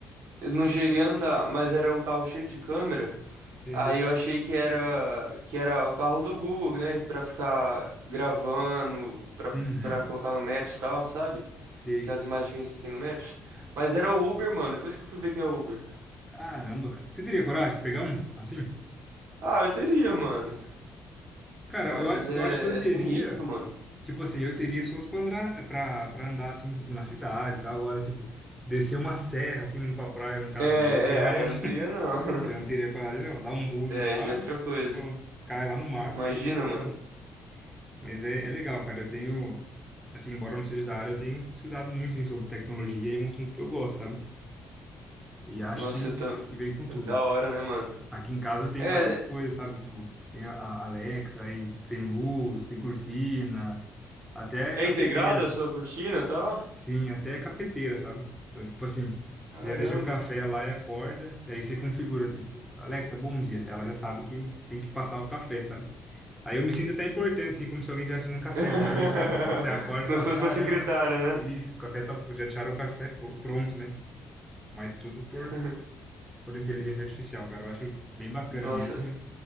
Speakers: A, on the right; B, in the centre.
A: Eu Não cheguei a andar, mas era um carro cheio de câmera.
B: Sei.
A: Aí eu achei que era que era o carro do Google, né, Pra ficar gravando, pra
B: Uhum,
A: para colocar no Maps e tal, sabe?
B: sei.
A: Que as imagens que a gente tem no Maps. Mas era o Uber, mano. Depois que eu fui ver que é Uber.
B: Caramba, cara. Você teria coragem de pegar um assim?
A: Ah, eu teria, mano.
B: Cara,
A: Mas
B: eu, a-
A: é,
B: eu acho que eu teria,
A: é sinistro, mano.
B: tipo assim, eu teria se fosse pra andar, pra, pra andar assim, tipo, na cidade e tal. Agora, tipo, descer uma serra, assim, indo pra praia, um carro
A: É,
B: desse, eu
A: é,
B: já
A: aí
B: não,
A: eu não teria
B: <laughs>
A: não. <laughs>
B: já não teria coragem, não. Dá um bug
A: É,
B: lá,
A: aí já é outra coisa.
B: pronto, cai lá no mar,
A: Imagina,
B: aí sai fora.
A: mano.
B: Mas é, é legal, cara. Eu tenho, assim, embora eu não seja da área, eu tenho pesquisado muito, assim, sobre tecnologia e é um assunto que eu gosto, sabe? E acho
A: Nossa,
B: que,
A: eu tô...
B: que vem com tudo.
A: Da hora, né, mano?
B: Aqui em casa eu tenho
A: É,
B: várias coisas, sabe? Tipo, tem a a Alexa aí, tipo, tem luz, tem cortina, até
A: é
B: cafeteira.
A: integrada a sua cortina, tá?
B: Sim, até cafeteira, sabe? Então, tipo assim,
A: Caramba.
B: você já deixa o café lá e acorda, e aí você configura, tipo, Alexa, bom dia. Ela já sabe que tem que passar o café, sabe? Aí eu me sinto até importante, assim, como se alguém estivesse fazendo café
A: <laughs>
B: pra mim, sabe? Quando você acorda,
A: Como
B: fala,
A: se fosse
B: caramba,
A: uma secretária,
B: isso,
A: né?
B: o café tá, já deixaram o café pr- pronto, né? Mas tudo por,
A: <laughs>
B: por inteligência artificial, cara. Eu acho bem bacana
A: Nossa.
B: mesmo